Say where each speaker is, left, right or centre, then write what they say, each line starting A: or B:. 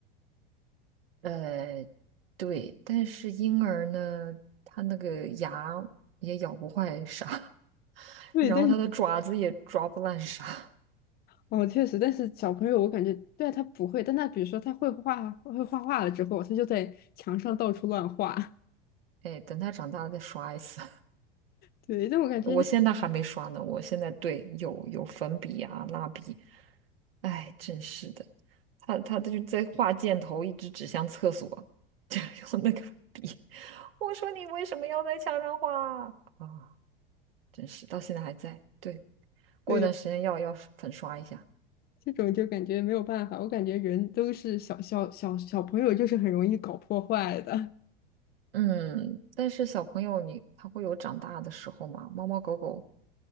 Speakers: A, on the right; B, on the left.
A: 呃，对，但是婴儿呢，他那个牙也咬不坏啥，<laughs>
B: <laughs> 对，
A: 然后他的爪子也抓不烂啥。
B: 但是哦，确实，但是小朋友我感觉对啊，他不会，但他比如说他会画会画画了之后，他就在墙上到处乱画，<laughs>
A: 哎，等他长大了再刷一次。
B: 对，但我感觉那
A: <laughs> 我现在还没刷呢，我现在对有有粉笔呀、蜡笔，哎，真是的，他他就在画箭头，一直指向厕所，<laughs> 就用那个笔。<laughs> 我说你为什么要在墙上画啊？啊真是到现在还在。对，过段时间要要粉刷一下。
B: 对这种就感觉没有办法，我感觉人都是小小小小朋友就是很容易搞破坏的，
A: 嗯，但是小朋友你他会有长大的时候嘛？猫猫狗狗